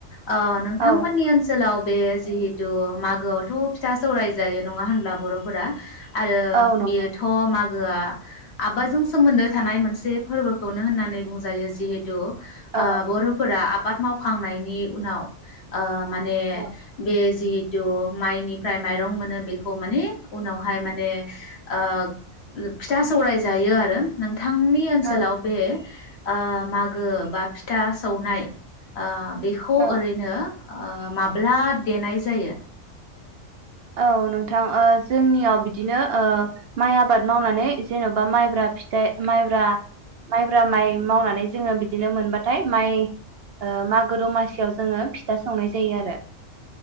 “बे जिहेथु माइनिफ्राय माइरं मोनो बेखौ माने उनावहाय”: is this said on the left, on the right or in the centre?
Left